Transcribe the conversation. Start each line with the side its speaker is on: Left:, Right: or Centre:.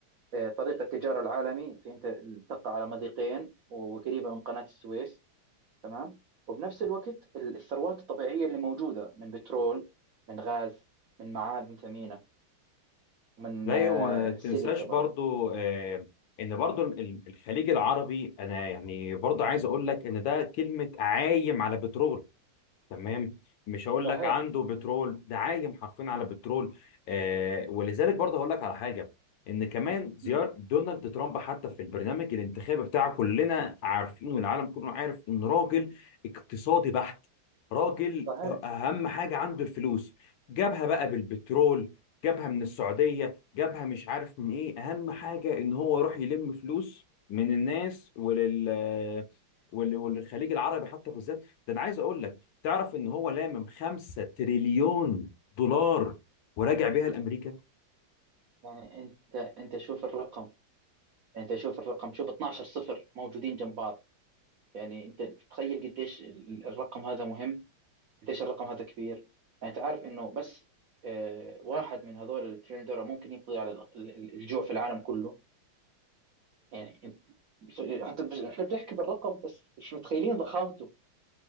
Right: آه، طريق التجارة العالمي في أنت تقع على مضيقين وقريبة من قناة السويس تمام وبنفس الوقت ال- الثروات الطبيعية اللي موجودة من بترول من غاز من معادن ثمينة ومن
Left: لا
Right: آه،
Left: وما تنساش
Right: سيليكا برضه
Left: برضو آه، ان برضو ال- ال- الخليج العربي انا يعني برضو عايز اقول لك ان ده كلمة عايم على بترول تمام مش هقول
Right: صحيح
Left: لك عنده بترول ده عايم حرفيا على بترول آه ولذلك برضه هقول لك على حاجه ان كمان زياره
Right: مم.
Left: دونالد ترامب حتى في البرنامج الانتخابي بتاعه كلنا عارفين والعالم كله عارف ان راجل اقتصادي بحت راجل
Right: صحيح
Left: اهم حاجه عنده الفلوس جابها بقى بالبترول جابها من السعوديه جابها مش عارف من ايه اهم حاجه ان هو يروح يلم فلوس من الناس ولل ولل- وللخليج العربي حتى بالذات ده انا عايز اقول لك تعرف ان هو لامم 5 تريليون دولار وراجع بيها لامريكا
Right: يعني أنت أنت شوف الرقم أنت شوف الرقم شوف 12 صفر موجودين جنب بعض يعني أنت تتخيل قديش ال- الرقم هذا مهم قديش الرقم هذا كبير يعني انت عارف انه بس آه، واحد من هذول التريليون دولار ممكن يقضي على ال- ال- الجوع في العالم كله يعني انت انت بس- احنا بنحكي بالرقم بس مش متخيلين ضخامته